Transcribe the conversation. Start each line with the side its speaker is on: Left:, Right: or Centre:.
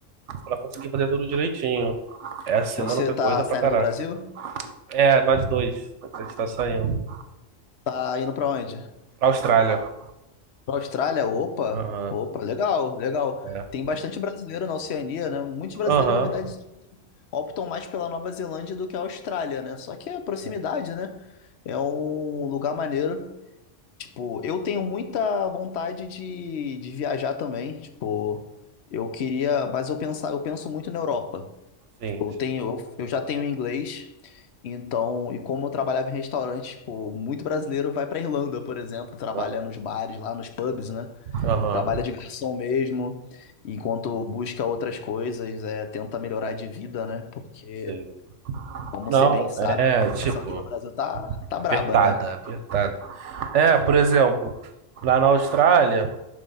Right: Pra conseguir fazer tudo direitinho. Essa semana
Left: Você
Right: foi
Left: tá
Right: corrida
Left: saindo
Right: pra caraca.
Left: do Brasil?
Right: É, nós dois. A gente tá saindo.
Left: Tá indo pra onde?
Right: Pra Austrália.
Left: Pra Austrália? Opa,
Right: Aham.
Left: opa, legal, legal.
Right: É.
Left: Tem bastante brasileiro na Oceania, né? Muitos brasileiros,
Right: Aham.
Left: na verdade, optam mais pela Nova Zelândia do que a Austrália, né? Só que é a proximidade,
Right: É.
Left: né? É um lugar maneiro. Tipo, eu tenho muita vontade de, de viajar também. Tipo, eu queria, mas eu pensar, eu penso muito na Europa.
Right: Sim.
Left: Tipo, eu tenho, eu, eu já tenho inglês. Então, e como eu trabalhava em restaurante, tipo, muito brasileiro vai pra Irlanda, por exemplo, trabalha
Right: Aham.
Left: nos bares, lá nos pubs, né?
Right: Aham.
Left: Trabalha de garçom mesmo, enquanto busca outras coisas, é, tenta melhorar de vida, né? Porque
Right: Sim.
Left: como
Right: Não,
Left: você bem sabe,
Right: é,
Left: a
Right: tipo,
Left: situação aqui no Brasil tá, tá
Right: apertada,
Left: braba, né?
Right: apertada. É, por exemplo, lá na Austrália,